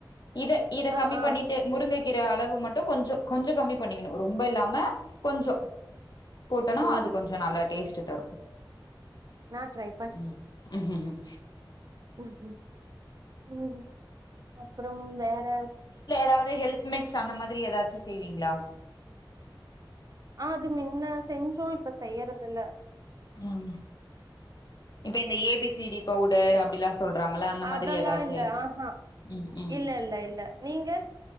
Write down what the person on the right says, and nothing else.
ஆ
ஆ
ஓ
நா ட்ரை
உஹும் ம் அப்றோ வேற
ஆ் அது மின்ன செஞ்சோ இப்ப செய்யறது இல்ல
ம்
அதெல்லா
இல்ல ஆஹா
இல்ல இல்ல இல்ல நீங்க